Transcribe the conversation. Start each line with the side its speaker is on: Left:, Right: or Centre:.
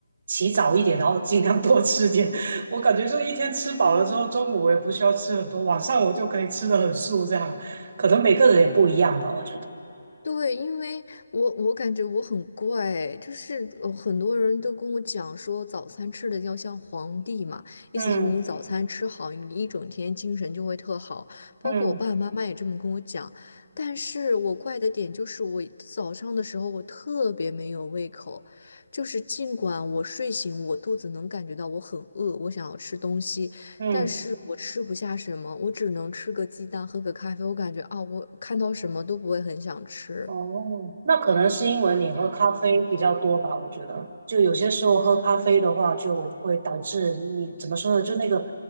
Right: 起早一点，然后尽量多吃点。<laughs> 我感觉就一天吃饱了之后，中午我也不需要吃很多，晚上我就可以吃的很素，这样可能每个人也不一样吧，
Left: 哇！
Right: 我觉得。
Left: 对，因为我我感觉我很怪，就是呃很多人都跟我讲说早餐吃的要像皇帝嘛，意思就是你早餐吃好，
Right: 嗯
Left: 你一整天精神就会特好。包括我爸爸妈妈也这么跟我讲，
Right: 嗯
Left: 但是我怪的点就是我早上的时候我特别没有胃口，就是尽管我睡醒，我肚子能感觉到我很饿，我想要吃东西，
Right: 嗯。
Left: 但是我吃不下什么，我只能吃个鸡蛋，喝个咖啡。我感觉啊，我看到什么都不会很想吃。
Right: 哦，那可能是因为你喝咖啡比较多吧，我觉得，就有些时候喝咖啡的话，就会导致你怎么说呢？就那个，